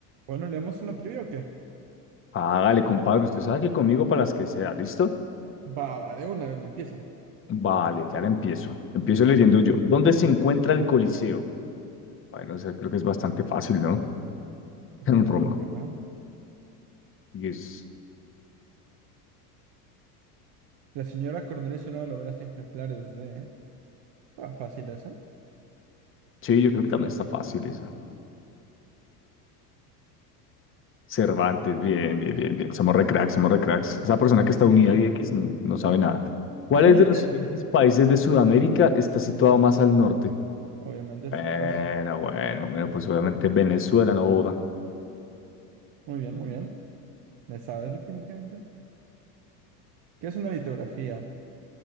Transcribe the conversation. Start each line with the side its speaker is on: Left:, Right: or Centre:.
Right: Bueno, ¿leemos una trivia o qué?
Left: Hágale, compadre, usted sabe que conmigo para las que sea, ¿listo?
Right: Va, va, de una, de una, empiézale.
Left: Vale, ya la empiezo. Empiezo leyendo yo. ¿Dónde se encuentra el Coliseo? Bueno, o sea, creo que es bastante fácil, ¿no?
Right: Ojalá,
Left: <laughs> En Roma.
Right: ojalá.
Left: Y es...
Right: La señora Cornelia es una de las obras ejemplares de... Está fácil esa.
Left: Sí, yo creo que también está fácil esa. Cervantes, bien, bien, bien, bien. Somos re cracks, somos re cracks. Esa persona que está
Right: Sí,
Left: unida
Right: sí.
Left: a X n- no sabe nada. ¿Cuál
Right: <laughs>
Left: es de los siguientes países de Sudamérica está situado más al norte?
Right: Obviamente esto
Left: Bueno,
Right: es fácil.
Left: bueno, bueno, pues obviamente Venezuela no joda.
Right: Muy bien, muy bien. ¿Le sabes
Left: Mm,
Right: definitivamente? ¿Qué es una litografía?